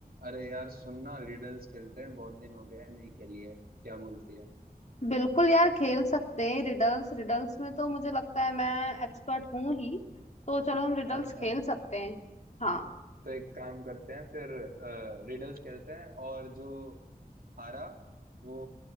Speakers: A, on the right (about 70°); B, on the left (about 45°).
A: अरे यार सुनना रिडल्स खेलते हैं बहुत दिन हो गए हैं, नहीं खेली है क्या बोलती है
B: बिल्कुल यार खेल सकते हैं रिडल्स रिडल्स में तो मुझे लगता है मैं एक्सपर्ट हूं ही तो चलो हम रिडल्स
A: अच्छा
B: खेल सकते हैं हाँ
A: तो एक काम करते हैं फिर रिडल्स खेलते हैं और जो हारा वो